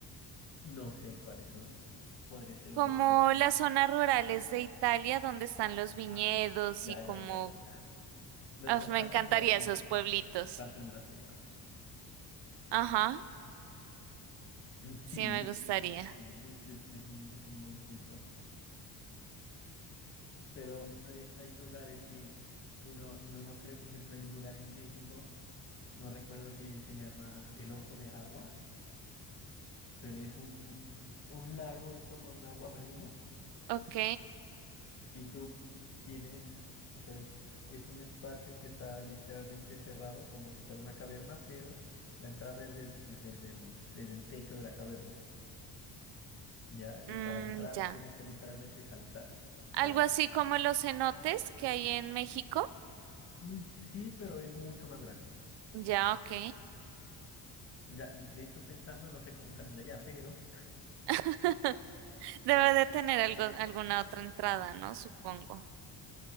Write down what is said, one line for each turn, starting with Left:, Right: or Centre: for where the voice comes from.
Left: no sé cuáles son. Podría ser
Right: como
Left: una buena opción.
Right: las zonas rurales de Italia donde están los viñedos
Left: Ah, ya,
Right: y como...
Left: ya, ya, ya. ya. La-
Right: Uf,
Left: las
Right: me
Left: partes
Right: encantaría
Left: de las películas.
Right: esos pueblitos.
Left: Las partes de las películas.
Right: Ajá,
Left: Mm, Sí,
Right: sí me gustaría.
Left: mm, es, es un, es un buen punto. Pero hay, hay lugares que uno, uno no cree. Por ejemplo, hay un lugar en México, no recuerdo si se llama El Ojo de Agua, pero es un, un lago hecho con agua marina
Right: Ok,
Left: Y tú tienes, o sea, es, es un espacio que está literalmente cerrado, como si fuera una caverna, pero la entrada es des- desde, el, desde el techo de la caverna, ¿ya? Y
Right: mm,
Left: para entrar
Right: ya.
Left: tienes que literalmente saltar
Right: Algo
Left: al agua.
Right: así como los cenotes que hay en México.
Left: Mm, Sí, pero es mucho más grande.
Right: Ya, ok.
Left: Ya, de, de hecho, pensando, no sé cómo salen de allá, pero,
Right: <laughs> Debe de tener algo, alguna otra entrada, ¿no? Supongo.